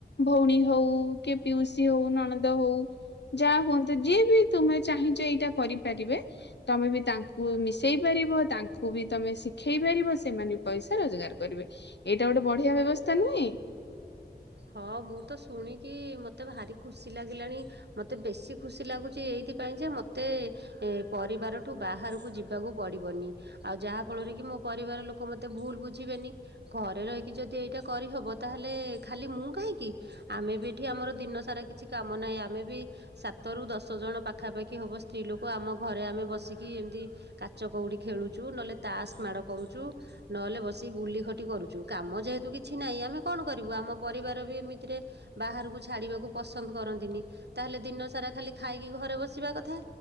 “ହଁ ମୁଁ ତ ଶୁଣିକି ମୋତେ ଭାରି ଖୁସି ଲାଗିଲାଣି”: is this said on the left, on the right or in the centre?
Right